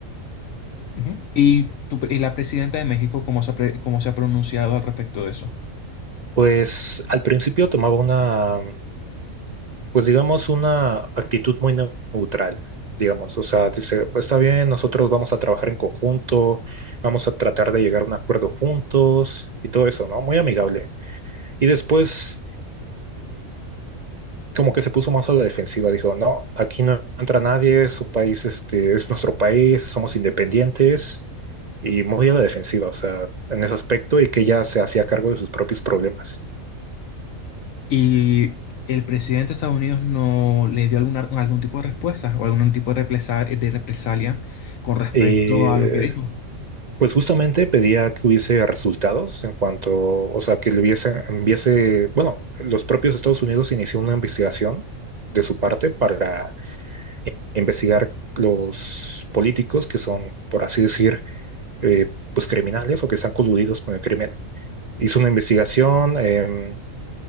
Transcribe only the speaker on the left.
Ujú. ¿Y, tu pre- y la presidenta de México, cómo se ha, pre- cómo se ha pronunciado al respecto de eso?
¿Y el presidente de Estados Unidos no le dio alguna, algún tipo de respuesta o algún tipo de represalia, de represalia con respecto
a lo que dijo?